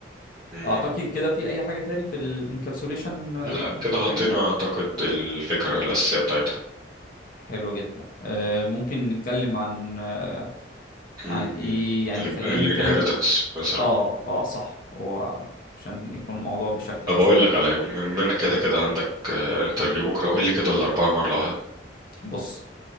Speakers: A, on the right; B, on the left.
A: مم.
B: اعتقد كده في اي حاجة تاني في الانكابسوليشن
A: لا كده
B: محتاجينها
A: غطينا أعتقد الفكرة الأساسية بتاعتها
B: حلوة جدا آه، ممكن نتكلم عن آه،
A: مم.
B: عن ايه يعني خلينا
A: الانهيرتنس
B: نتكلم
A: مثلا
B: اه اه صح هو عشان يكون الموضوع بشكل احسن
A: طب اقول لك على بما انك كده كده عندك انترفيو بكره قول لي كده الاربعه مره واحده
B: بص